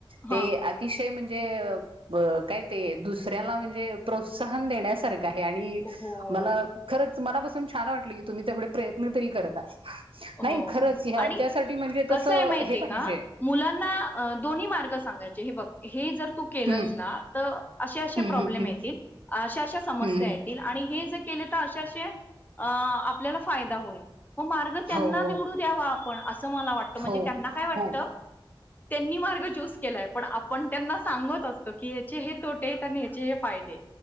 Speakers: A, on the right; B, on the left.
A: ते
B: हा
A: अतिशय ते म्हणजे दुसऱ्याला प्रोत्साहन देण्यासारखा आहे आणि
B: हो
A: मला खरच मनापासून छान वाटली तुम्ही तेवढ प्रयत्न तरी करताय नाही
B: हो
A: खरंच ह्या
B: आणि
A: त्यासाठी म्हणजे तसं
B: कसं आहे माहितीय
A: हे पाहिजे
B: का मुलांना दोन्ही मार्ग सांगायचे हे बघ हे जर तू केलंच
A: हम्म
B: ना तर असे असे
A: हम्म
B: प्रॉब्लेम
A: हम्म
B: येतील अशा अशा समस्या
A: हम्म हम्म
B: येतील आणि हे ज के असे असे आपल्याला फायदा होईल मार्ग त्यांना
A: हो
B: निवडू द्यावा आप असं म्हणजे
A: हो
B: त्यांना काय वाट
A: हो
B: त्यांनी मार्ग चूस केलाय पण आपण त्यांना सांगत असतो की ह्याचे हे तोट आहेत आणि ह्याचे हे फायदे